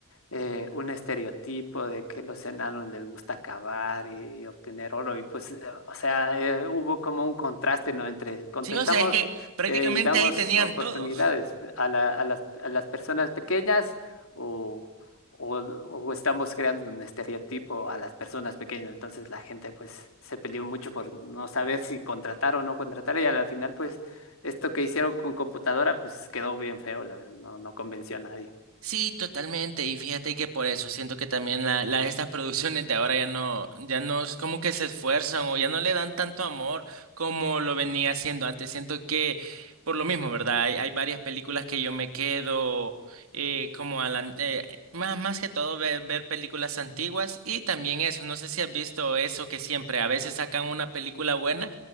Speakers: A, on the left (about 75°); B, on the right (about 85°).
A: eh, un estereotipo de que los enanos les gusta cavar y obtener oro. Y pues, eh, o sea, eh, hubo como un contraste, ¿no? Entre contestamos
B: Sí, o sea, es que prácticamente
A: eh, y damos
B: ahí tenían
A: oportunidades
B: todo.
A: a la- a las, a las personas pequeñas o, o, o estamos creando un estereotipo a las personas pequeñas. Entonces la gente pues se peleó mucho por no saber si contratar o no contratar y a la final pues esto que hicieron con computadora pues quedó bien feo, la verdad, no, no convenció a nadie.
B: Sí, totalmente. Y fíjate que por eso siento que también la, la- estas producciones de ahora ya no, ya no es como que se esfuerzan o ya no le dan tanto amor como lo venía haciendo antes. Siento que por lo mismo, ¿verdad? Hay, hay varias películas que yo me quedo eh, como a la- eh, más, más que todo ver, ver películas antiguas y también eso. No sé si has visto eso que siempre a veces sacan una película buena